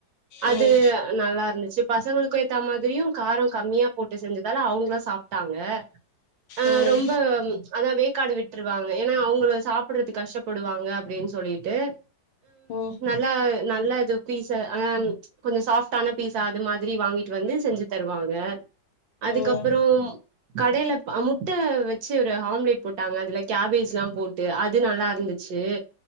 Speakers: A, on the right (about 70°); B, on the left (about 80°).
A: அது
B: ம்
A: நல்லா இருந்துச்சி பசங்களுக் ஏத்தா மாதிரியு காரம் கம்மியா போட்டு செஞ்சதால அவங்களு சாப்ட்டாங்க ஆ
B: ம்
A: ரொம்ப அதா வே க்காடு விட்டுருவாங்க ஏனா அவுங்ள சாப்ட்றதுக்கு கஷ்டப்படுவாங்க அப்டின் சொல்லிட்டு
B: ம்
A: நல்லா நல்ல இது பீச ஆம் கொஞ்ச சாஃப்ட்டான பீஸா அது மாதிரி வாங்கிட்டு வந்து செஞ்சி தருவாங்க அதுக்கப்புரோ
B: ம்
A: கடயல ப முட்ட வச்சி ஒரு ஆம்லெட் போட்டாங்க அதுல கேபேஜ்லா போட்டு அது நல்லா இருந்துச்சி